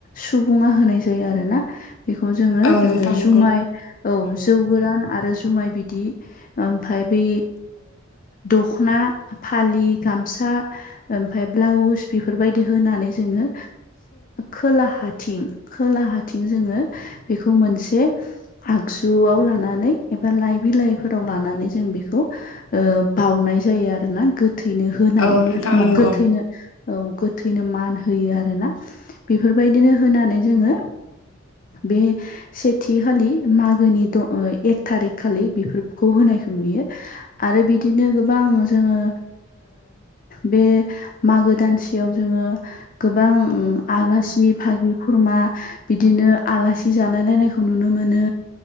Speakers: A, on the left; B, on the left.
A: सुबुङा होनाय जायो आरो ना। बेखौ जोङो
B: औ नोंथां
A: जुमाय
B: नंगौ
A: औ जौ गोरान आरो जुमाय बिदि ओमफाय बै दखना फालि गामसा ओमफाय ब्लाउस बेफोरबायदि होनानै जोङो खोला हाथिं खोलाहााथिं जोङो बेखौ मोनसे आगजुआव लानानै एबा लाइ बिलाइफोराव लानानै जों बेखौ बावनाय जायो आरोना गोथैनो होनाय
B: औ नोंथां
A: मा
B: नंगौ
A: गोथैनो औ गोथैनो मान होयो आरोना बेफोरबायदिनो होनानै जोङो बे सेथि खालि मागोनि द एक थारिक खालि बेफोरखौ होनायखौ नुयो। आरो बिदिनो गोबां जोङो बे मागो दानसे सेयाव जोङो गोबां आलासि भाहागि खुरमा बिदिनो आलासि जालाय लायनायखौ नुनो मोनो